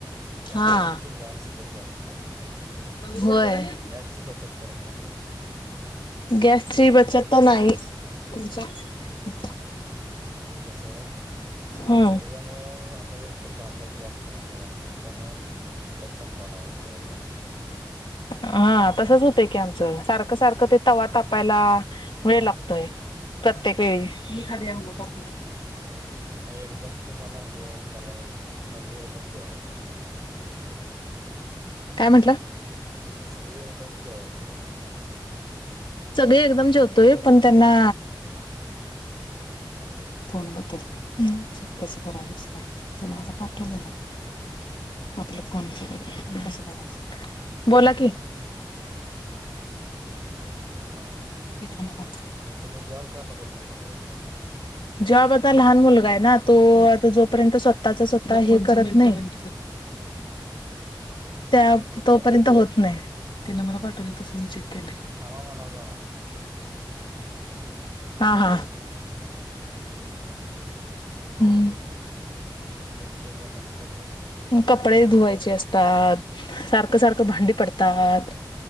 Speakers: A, on the right; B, on the left.
A: त्यामुळे
B: हा
A: तुमच गॅस लई जास्त लागतय,
B: होय,
A: गॅसची बचत करत, नाहीसा तुम्ही,
B: गॅसची बचत तर नाही, <unintelligible>
A: म्हणजे कसं,
B: हम्म,
A: त्याच्यामुळे ह्याअगोदर, तर भारतात गॅस मिळना झालं आणि, तुमच्यामुळे तुमच्यात संपालावायचा सगळागॅस,
B: हा तसच होतंय की आमचं, सारखं, सारखं ते तवा तापायला वेळ लागतय, प्रत्येक वेळी, <unintelligible>
A: मग एकदम तुम्हाला, जेवण करावं सगळे एकदम जेवायचं,
B: काय म्हटला?
A: सगळी एकदम जेवायचं, मग.
B: सगळे एकदम जेवतोय, पण त्यांना, फोन बदल कसं करायच असत्य, तेन आता पाठवलेलं ना, आपलं फोन च कसं करायच, बोला की,
A: हा,
B: <unintelligible>
A: मग तुम्ही जॉब का बघत नाहीस बाहेर,
B: जॉब आता लहान मुलगा आहे ना, तो आता जोपर्यंत, स्वतःचा स्वतः हे करत नाही,
A: हा
B: त्या,
A: मग कुठल्या
B: तोपर्यंत होत नाही, तिने मला पाठवलं तसं, मी चेक केलं,
A: थांबा म्हणव जरा,
B: हा, हा हम्म,
A: मग, त्याच्यानंतर मग
B: कपडे
A: तुम्ही कुठल्या
B: धुवायचे
A: तर
B: असतात, सारखं, सारखं भांडी पडतात,